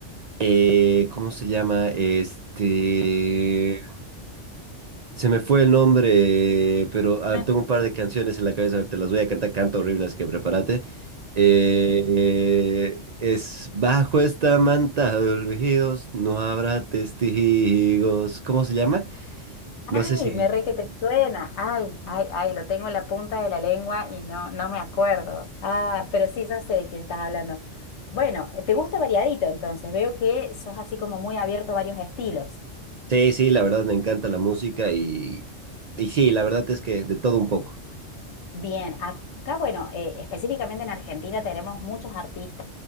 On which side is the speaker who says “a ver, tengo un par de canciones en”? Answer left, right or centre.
Right